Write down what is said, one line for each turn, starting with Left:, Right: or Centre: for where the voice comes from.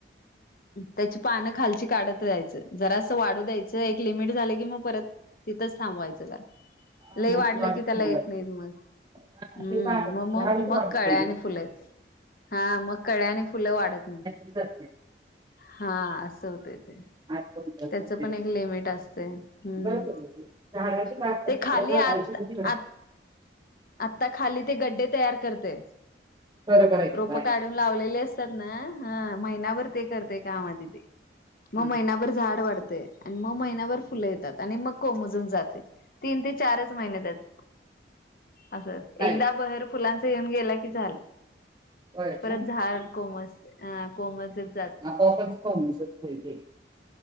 Left: त्याची पानं खालची काढत जायचं जरा असं वाढू द्यायचं एक लिमिट झालं की मग परत तिथंच थांबवायचं त्याला
Right: पानाची
Left: लय वाढलं
Right: वाढ
Left: की
Right: थांबवायची
Left: त्याला येत नाहीत मग.
Right: हा
Left: हम्म
Right: ते पा झाडच
Left: मग, मग, मग
Right: वाढतय
Left: काळ्या आणि
Right: ग
Left: फुले येतील. हा मग कळ्या आणि फुलं वाढतील.
Right: दे <unintelligible>
Left: हा असं होतय ते.
Right: आजपर्यंत
Left: त्याच
Right: सध्याची
Left: पण एक लिमिट असते हम्म.
Right: बरोबर आहे की झाडाची ताकद
Left: ते
Right: तिकडं
Left: खाली
Right: घालायची
Left: आत
Right: तर
Left: आ
Right: <inaudible>
Left: आता खाली ते गड्डे तयार करते
Right: बरोबर आहे की
Left: रोप
Right: बाय
Left: काढून लावलेले असतात ना ह महिनाभर ते करतय काम आधी ते. मग
Right: हा
Left: महिनाभर झाड वाढतय आणि मग महिनाभर फुलं येतात. आणि मग कोमजून जातय तीन ते चारच महिने त्यात असं
Right: लाईट
Left: एकदा बहर फुलांच येऊन गेला की झालं.
Right: होय
Left: परत
Right: ना
Left: झाड कोमस अ कोमेजून
Right: आपोआपच पाह शत ते <unintelligible>